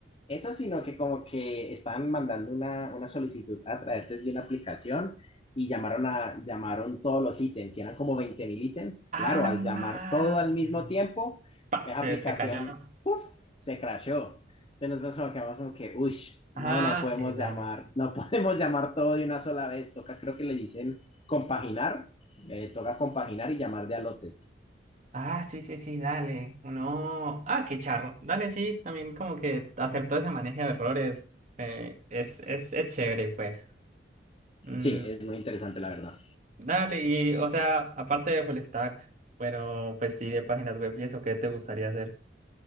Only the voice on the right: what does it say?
Ah,
ok.
Pa,
se,
se cayó, ¿no?
Ah,
sí, dale.
Ah, sí, sí, sí, dale. Uno, ah, qué charro. Dale, sí, también como que hacer todo ese manejo de errores eh, es, es, es chévere, pues. Mm.
Dale, y o sea, aparte de full stack, bueno, pues sí, de páginas web y eso, ¿qué te gustaría hacer?